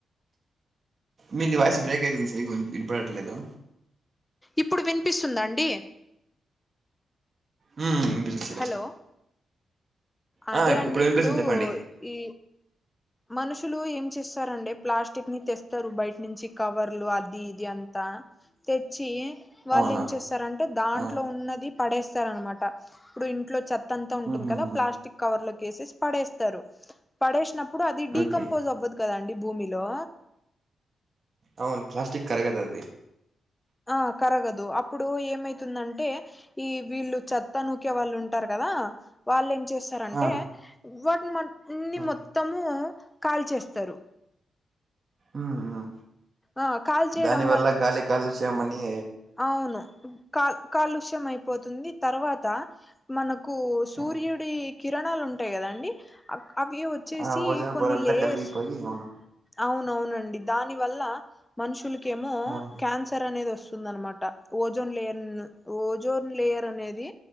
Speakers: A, on the right; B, on the left.
A: మీది వాయిస్ బ్రేక్ అయింది మీ సరిగ్గ ఇనపడట్లేదు
B: ఇప్పుడు వినిపిస్తుంద అండి
A: ఊ వినిపిస్తుంది ఇప్పుడు
B: హలో అదే
A: ఆ ఇప్
B: అండి
A: వినిపిస్తుంది
B: ఇప్పుడు
A: చెప్పండి
B: ఈ మనుషులు ఏం చేస్తారండి ప్లాస్టిక్ ని తెస్తరు బయట నుంచి కవర్లు అది ఇది అన్ తెచ్చి వాళ్ళు
A: అవునా
B: ఏం చేస్తారంటే దాంట్లో
A: ఆ
B: ఉన్నది పడేస్తార అనమాట ఇప్పుడు ఇంట్లో చ తంతా ఉంటుంది
A: ఉహుహు
B: కదా ప్లాస్టిక్ కవర్లోకి ఏసేసి పడేస్తారు పడేసినప్పుడు అది డీకంపోజ్
A: ఓకే
B: అవ్వదు కదా అండి భూమిలో
A: అవును ప్లాస్టిక్ కరగదు అది
B: ఆ కరగదు అప్పుడు ఏమైతుందంటే ఈ వీళ్ళు చెత్త నూకే వాళ్ళు ఉంటారు కదా వాళ్ళు ఏం చేస్ అంటే
A: ఆ
B: వాటిని న్ని
A: ఆ
B: మొత్తము కాల్ చేస్తరు
A: ఉమ్
B: ఆ కాల్చేయడం
A: దాని వల్ల గాలి కాలుష్యమని
B: అవును కాల్ కాలుష్యం అయిపోతుంది తర్వాత మనకు సూర్యుడి
A: ఆ
B: కిరణాలు ఉంటాయి కదండి అవి వచ్చేసి
A: ఆ ఓజోన్
B: కొన్ని
A: పొర అంతా
B: లేయర్స్
A: కలిగిపోయి అవును
B: అవునవునండి దాని వల్ల మనుషులకేమో
A: ఆ
B: క్యాన్సర్ అనేది వస్తు దనమాట ఓజోన్ లేయర్ ఓజోన్ లేయర్ అనేది